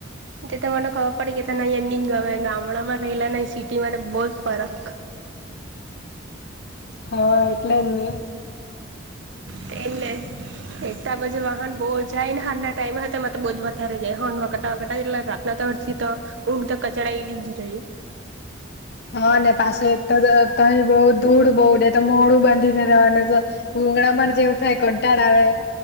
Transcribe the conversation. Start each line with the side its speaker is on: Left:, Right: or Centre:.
Right: તે તો મને ખબર પડી કે નહી એની ગામડામાં રહેલા ન સિટીમાંને બહુ જ ફરક.
Left: હા એટલેમને.
Right: તે એલે. <unintelligible> એકટ બે વાહન બહુ જાય ને હારના ટાઈમે મ બ જ વધારે જાય હન વગાતા વગ એટલે રાત. તછ તો ઊંઘ તો કચડા એલી જ રહી.
Left: હા અનેને પાસે તો તહી બઉ દૂળ બહુે તો મોડું બાંધીને રવા ને તો. ડુંગળમાં જેવું થાય કંટાળ આવે.